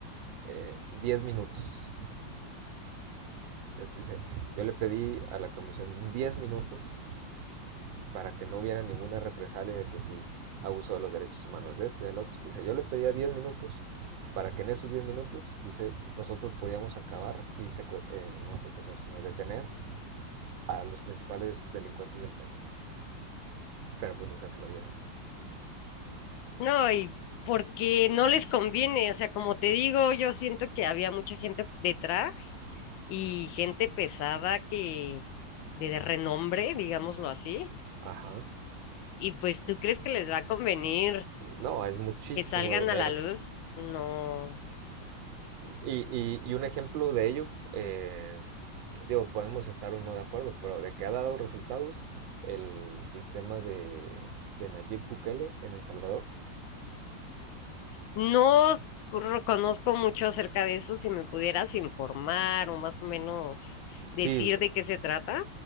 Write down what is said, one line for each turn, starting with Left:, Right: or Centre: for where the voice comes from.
Right: 10 eh, diez minutos. Dice, yo le pedí a la Comisión 10 minutos para que no hubiera ninguna represalia de que si abuso de los derechos humanos de este, del otro. Dice, yo le pedía 10 minutos para que en esos 10 minutos, dice, nosotros podíamos acabar y secue- eh, no secuestrar, sino detener a los principales delincuentes del país. Pero pues nunca se lo dieron.
Left: No, y porque no les conviene, o sea, como te digo, yo siento que había mucha gente detrás y gente pesada que de de renombre, digámoslo así,
Right: Ajá.
Left: y pues ¿tú crees que les va a convenir
Right: No, es muchísimo
Left: que salgan
Right: dinero.
Left: a la luz? No,
Right: Y, y- y un ejemplo de ello, eh, digo, podemos estar o no de acuerdo, pero de que ha dado resultados el sistema de, de Nayib Bukele en El Salvador,
Left: No s- conozco mucho acerca de eso. Si me pudieras informar o más o menos decir
Right: Sí,
Left: de qué se trata.